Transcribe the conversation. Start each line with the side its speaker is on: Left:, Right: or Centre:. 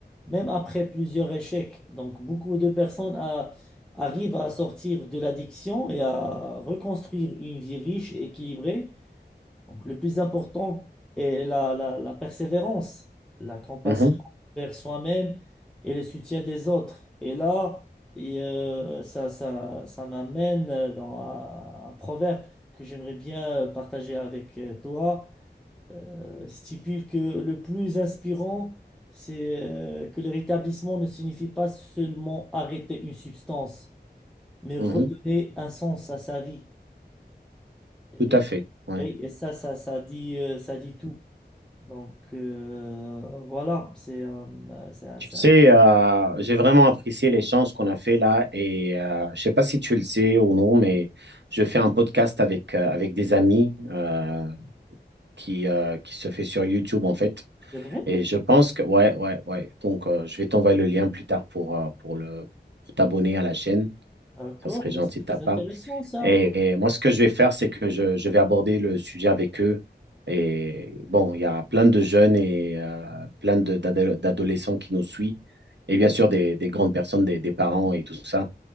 Centre: même après plusieurs échecs. Donc, beaucoup de personnes a- arrivent à sortir de l'addiction et à reconstruire une vie riche et équilibrée. Donc le plus important est la, la, la persévérance, la compassion
Right: Mhm,
Centre: envers soi-même et le soutien des autres. Et là, et, euh, ça, ça, ça m'amène dans un, un proverbe que j'aimerais bien partager avec euh, toi. Euh, stipule que le plus inspirant, c'est euh, que le rétablissement ne signifie pas seulement arrêter une substance, mais
Right: mhm,
Centre: redonner un sens à sa vie. Et,
Right: tout à fait. ouais.
Centre: et- et ça, ça, ça dit, euh, ça dit tout. Donc euh, voilà, c'est euh, c'est
Right: Tu
Centre: c'est-
Right: sais, euh, j'ai vraiment apprécié l'échange qu'on a fait là, et euh, je sais pas si tu le sais ou non, mais je fais un podcast avec, euh, avec des amis euh, qui, euh, qui se fait sur YouTube en fait.
Centre: c'est vrai,
Right: Et je pense que, ouais, ouais, ouais. Donc, euh, je vais t'envoyer le lien plus tard pour, euh, pour le, pour t'abonner à la chaîne.
Centre: d'accord,
Right: Ça serait
Centre: mais
Right: gentil
Centre: c'est très
Right: de ta part.
Centre: intéressant ça.
Right: Et, et moi, ce que je vais faire, c'est que je, je vais aborder le sujet avec eux. Et bon, il y a plein de jeunes et euh, plein de- d'ado- d'adolescents qui nous suivent. Et bien sûr, des, des grandes personnes, des, des parents et tout ça.